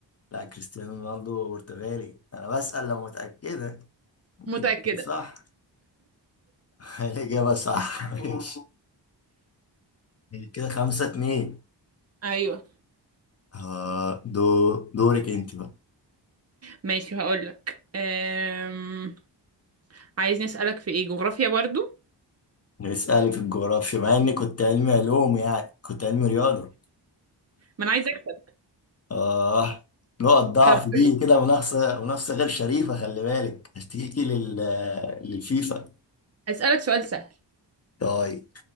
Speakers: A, on the left; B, on the right.
A: لا كريستيانو رونالدو برتغالي أنا بسأل لو متأكدة ممكن
B: متأكدة
A: تكون صح <laughs> الإجابة صح ماشي كده خمسة اتنين
B: أيوه
A: آه دو دورك أنت بقى
B: ماشي هقولك أم... عايزني أسألك في إيه جغرافيا برضو
A: اسألي في الجغرافيا مع إني كنت علمي علوم يعني كنت علمي رياضة
B: ما أنا عايزة أكسب
A: آه نقط ضعف
B: طب
A: دي
B: قولي.
A: كده منافسة منافسة غير شريفة خلي بالك هشتكي لل للفيفا
B: أسألك سؤال سهل
A: طيب